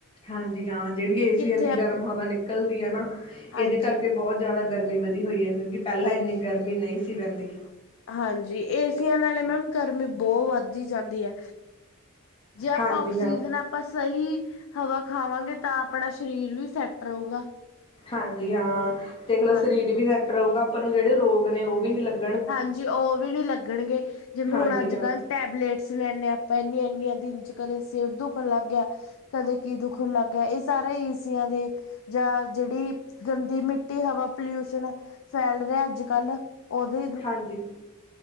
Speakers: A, on the left; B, on the left.
A: ਹਾਂਜੀ ਹਾਂ ਜਿਹੜੀ ਏਸੀਆਂ
B: ਕਿੱਥੇ
A: ਦੀ
B: ਆਪਾਂ
A: ਗਰਮ ਹਵਾ ਨਿਕਲਦੀ ਐ ਨਾ
B: ਹਾਂਜੀ
A: ਏਦੇ ਕਰਕੇ ਬੋਤ ਜਾਦਾ ਗਰਮੀ ਵਧੀ ਹੋਈ ਐ ਕਿਉਂਕਿ ਪਹਿਲਾਂ
B: ਹਾਂਜੀ
A: ਇੰਨੀ ਗਰਮੀ ਨਈ ਸੀ ਰਹਿੰਦੀ।
B: ਹਾਂਜੀ ਏਸੀਆਂ ਨਾਲੇ ਮੈਮ ਗਰਮੀ ਬੋ ਵੱਧੀ ਜਾਂਦੀ ਐ। ਜੇ ਆਪਾਂ
A: ਹਾਂਜੀ
B: ਆਕਸੀਜਨ
A: ਹਾਂ
B: ਆਪਾਂ ਸਹੀ ਹਵਾ ਖਾਵਾਂਗੇ ਤਾਂ ਆਪਣਾ ਸਰੀਰ ਵੀ ਸੈਟ ਰਹੂਗਾ।
A: ਹਾਂਜੀ ਹਾਂ ਦੇਖ ਲੋ
B: ਹਾਂਜੀ
A: ਸਰੀਰ ਵੀ ਸੈੱਟ ਰਊਗਾ ਆਪਾਂ ਨੂੰ ਜੇੜੇ ਰੋਗ ਨੇ ਓ ਵੀ ਨੀ ਲੱਗ
B: ਹਾਂਜੀ ਓ ਵੀ ਨੀ ਲੱਗਣਗੇ ਜਿਵੇਂ
A: ਹਾਂਜੀ
B: ਹੁਣ ਅੱਜ
A: ਹਾਂ
B: ਕੱਲ੍ਹ ਟੈਬਲੇਟਸ ਲੈਂਨੇ ਆਂ ਆਪਾਂ ਇੰਨੀਆਂ-ਇੰਨੀਆਂ ਦਿਨ 'ਚ ਕਦੇ ਸਿਰ ਦੁਖਣ ਲੱਗ ਗਿਆ। ਕਦੇ ਕੀ ਦੁਖਣ ਲੱਗ ਗਿਆ ਐ ਸਾਰਾ ਏਸੀਆਂ ਦੇ ਜਾਂ ਜੇੜੀ ਗੰਦੀ ਮਿੱਟੀ, ਹਵਾ, ਪੋਲਿਊਸ਼ਨ ਫੈਲ ਰਿਹਾ ਅੱਜ-ਕੱਲ੍ਹ ਓਦੇ
A: ਹਾਂਜੀ,